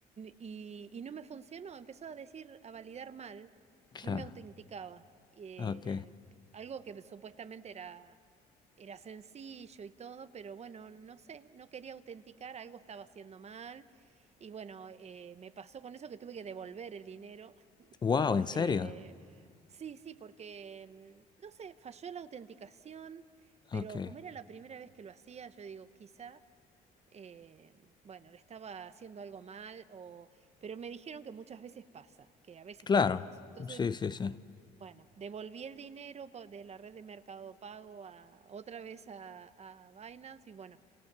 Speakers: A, on the right; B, on the left.
A: y- y no me funcionó. Empezó a decir, a validar mal,
B: Claro,
A: no me autenticaba. Eh,
B: ok.
A: algo que supuestamente era, era sencillo y todo, pero bueno, no sé, no quería autenticar, algo estaba haciendo mal. Y bueno, eh, me pasó con eso que tuve que devolver el dinero. <laughs>
B: Wow, ¿en serio?
A: Eh, sí, sí, porque, mm, no sé, falló la autenticación. Pero
B: Ok,
A: como era la primera vez que lo hacía, yo digo, quizá eh, bueno, le estaba haciendo algo mal, o, pero me dijeron que muchas veces pasa, que a veces
B: claro,
A: pasa eso. Entonces,
B: sí, sí, sí,
A: bueno, devolví el dinero po- de la red de Mercado Pago a, otra vez a, a Binance y bueno,